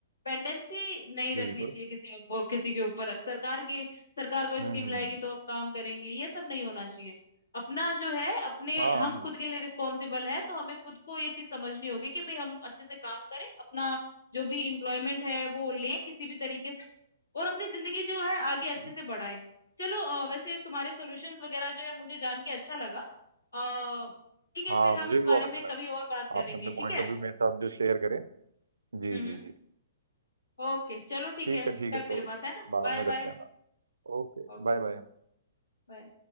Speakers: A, on the left; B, on the right.
A: डिपेंडेंसी नहीं रखनी
B: बिल्कुल
A: चाहिए किसी को किसी के ऊपर सरकार की सरकार कोई
B: हम्म
A: स्कीम लाएगी
B: हम्म,
A: तो हम काम करेंगे ये सब नहीं होना चाहिए अपना जो है अपने
B: हाँ
A: हम
B: हाँ
A: खुद के लिए रिस्पॉन्सिबल है तो हमें खुद को ये चीज समझनी होगी कि भाई हम अच्छे से काम करें अपना जो भी इम्प्लॉयमेंट है वो लें किसी भी तरीके से और अपनी जिंदगी जो है आगे अच्छे
B: हम्म।
A: से बढ़ाएं चलो अ, वैसे तुम्हारे सॉल्यूशंस वगैरह जो है मुझे जान के अच्छा लगा अ, ठीक है
B: हाँ,
A: फिर हम
B: मुझे
A: इस
B: भी
A: बारे
B: बहुत अच्छा
A: में
B: लगा
A: कभी और बात करेंगे
B: आपने अपने
A: ठीक
B: पॉइंट
A: है
B: ऑफ व्यू मेरे साथ जो शेयर करें जी
A: हम्म
B: जी
A: हम्म।
B: जी
A: ओके चलो ठीक
B: ठीक
A: है
B: है ठीक
A: करते
B: है तो
A: हैं बात है ना
B: बाद
A: Bye
B: में करते
A: bye
B: हैं बात Okay
A: Okay
B: bye bye
A: bye